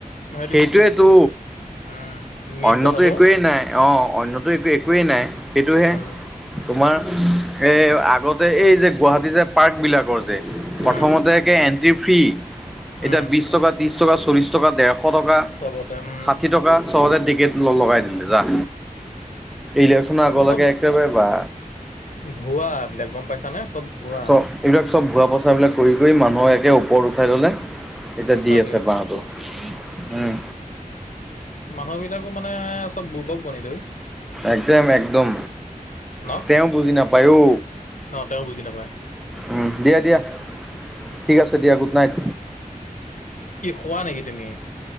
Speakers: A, on the left; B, in the centre.
A: সেইটোৱে
B: সেইটোৱেতো।
A: উম মেইন
B: অন্যতো
A: কথাটো
B: একোৱেই নাই অ', অন্যতো একো একোৱেই নাই সেইটোহে।
A: উম
B: তোমাৰ এই আগতে এই যে গুৱাহাটী যে পাৰ্কবিলাকৰ যে প্ৰথমতে
A: উম
B: একে এণ্ট্ৰি ফ্ৰী এতিয়া
A: উম
B: বিশ টকা, ত্ৰিশ টকা, চল্লিশ টকা ডেৰশ টকা
A: চবতে উম
B: ষাঠি টকা চবতে টিকেট ল' লগাই দিলে যাহ ইলেকশ্যনৰ
A: এইবিলাক
B: আগলৈকে
A: চব
B: একেবাৰে বা
A: ভুৱা এবিলাক গম পাইছা নে? চব ভুৱা
B: চ' এইবিলাক চব ভুৱা প্ৰচাৰবিলাক কৰি কৰি মানুহৰ এতিয়া ওপৰত উঠাই ল'লে। এতিয়া
A: সঁচাকে
B: দি আছে বাহঁটো, উম।
A: মানুহবিলাকো মানে চব বুৰ্বক বনি লৈ
B: একদম, একদম।
A: ন
B: তেওঁ বুজি নাপায় ঔ
A: ন তেওঁ বুজি নাপায়
B: উম, দিয়া, দিয়া। ঠিক আছে দিয়া, গুড নাইট।
A: কি শুৱা নেকি তুমি?